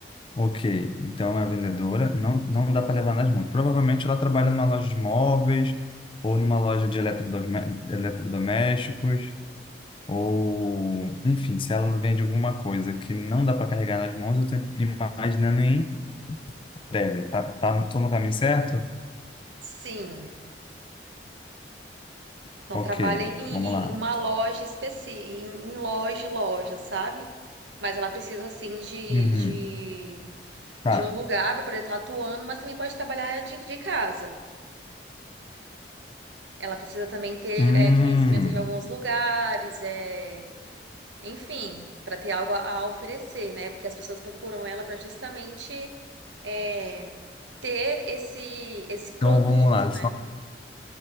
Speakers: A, on the left; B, on the right.
A: Ok, então é a vendedora, não, não dá para levar nas mãos. Provavelmente ela trabalha numa loja de móveis, ou numa loja de eletrodome- eletrodomésticos, ou, enfim, se ela não vende alguma coisa que não dá para carregar nas mãos, eu estou imaginando em entrega. Tá, tá, tô no caminho certo?
B: Sim, não
A: Ok,
B: trabalha em
A: vamos lá.
B: em uma loja específica, em em loja, loja, sabe? Mas ela precisa, assim, de,
A: Uhum,
B: de,
A: tá.
B: de um lugar para poder estar atuando, mas também pode trabalhar de, de casa. Ela precisa também ter
A: Hum,
B: é, conhecimento de alguns lugares, é. Enfim, para ter algo a a oferecer, né? Porque as pessoas procuram ela para justamente é, ter esse esse
A: então
B: produto,
A: vamos lá.
B: né?